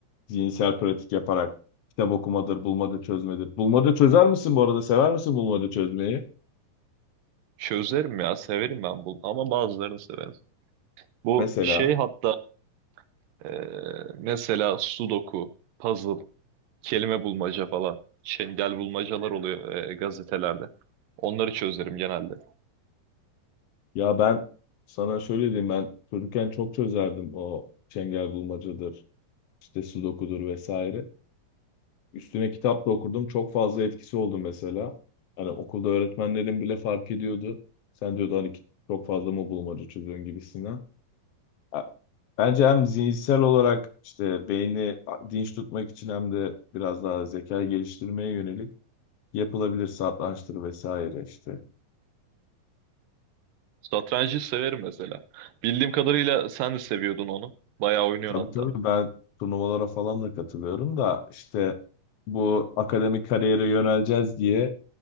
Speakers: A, on the left (about 75°); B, on the right (about 80°).
A: zihinsel pratik yaparak. Kitap okumadır, bulmaca çözmedir. Bulmaca çözer misin bu arada? Sever misin bulmaca çözmeyi?
B: Çözerim ya severim ben bunu ama bazılarını severim. Bu
A: Mesela.
B: şey hatta e, mesela sudoku, puzzle, kelime bulmaca falan çengel bulmacalar oluyor e, gazetelerde. Onları çözerim genelde.
A: Ya ben sana şöyle diyeyim ben çocukken çok çözerdim o çengel bulmacadır, işte sudokudur vesaire. Üstüne kitap da okurdum. Çok fazla etkisi oldu mesela. Hani okulda öğretmenlerin bile fark ediyordu. Sen diyordu hani ki- çok fazla mı bulmaca çözüyorsun gibisinden. Ya, Bence hem zihinsel olarak işte beyni dinç tutmak için hem de biraz daha zekayı geliştirmeye yönelik yapılabilir satrançtır vesaire işte.
B: Satrancı severim mesela. Bildiğim kadarıyla sen de seviyordun onu. Bayağı oynuyorsun
A: Tabii
B: hatta.
A: tabii ben turnuvalara falan da katılıyorum da işte bu akademik kariyere yöneleceğiz diye